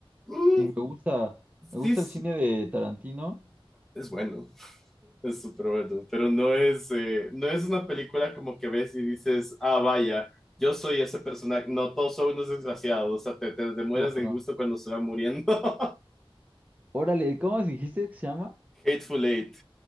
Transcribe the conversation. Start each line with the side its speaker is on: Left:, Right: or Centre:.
Centre: Mm,
Right: Y me gusta,
Centre: sí,
Right: me gusta
Centre: es,
Right: el cine de Tarantino.
Centre: es bueno. Es súper bueno, pero no es, eh, no es una película como que ves y dices, ah, vaya, yo soy ese personaje. No, todos son unos desgraciados, o sea, te, te, te mueres
Right: Claro.
Centre: de gusto cuando se van muriendo.
Right: Órale, ¿cómo dijiste que se llama?
Centre: <laughs> Hateful Eight,